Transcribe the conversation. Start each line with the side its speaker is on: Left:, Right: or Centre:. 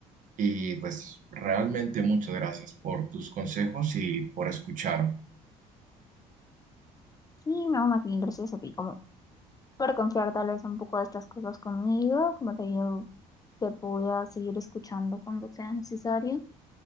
Right: Y pues realmente muchas gracias por tus consejos y por escucharme.
Left: Y no, más gracias a ti, como por confiar tal vez un poco de estas cosas conmigo, como te digo, te voy a seguir escuchando cuando sea necesario.